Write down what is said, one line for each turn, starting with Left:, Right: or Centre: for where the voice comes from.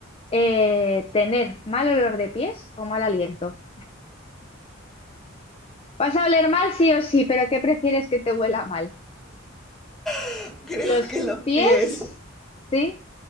Left: eh, tener mal olor de pies o mal aliento? Vas a oler mal sí o sí, pero ¿qué prefieres que te huela mal?
Centre: <laughs> Creo
Left: ¿Los
Centre: que los
Left: pies?
Centre: pies.
Left: Sí,